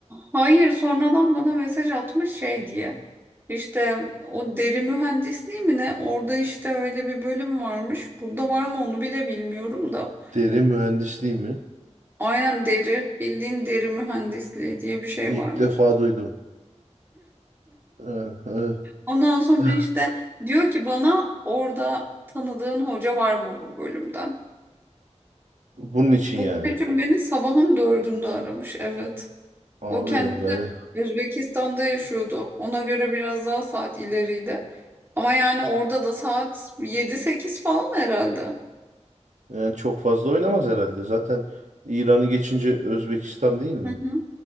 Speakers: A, on the right; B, on the right.
A: Hayır sonradan bana mesaj atmış şey diye. İşte o deri mühendisliği mi ne? Orada işte öyle bir bölüm varmış. Burada var mı onu bile bilmiyorum da.
B: Derin mühendisliği mi?
A: Aynen deri, bildiğin deri mühendisliği diye bir şey
B: İlk
A: varmış.
B: defa duydum. Ee, e,
A: Ondan sonra
B: <laughs>
A: işte diyor ki bana orada tanıdığın hoca var mı bu bölümden?
B: Bunun için yani.
A: Bu için beni sabahın dördünde aramış, evet.
B: Abi
A: O kendisi
B: yani
A: Özbekistan'da yaşıyordu. Ona göre biraz daha saat ileriydi. Ama yani orada da saat yedi sekiz falan herhalde.
B: Yani çok fazla oynamaz herhalde. Zaten İran'ı geçince Özbekistan değil mi?
A: Hı hı.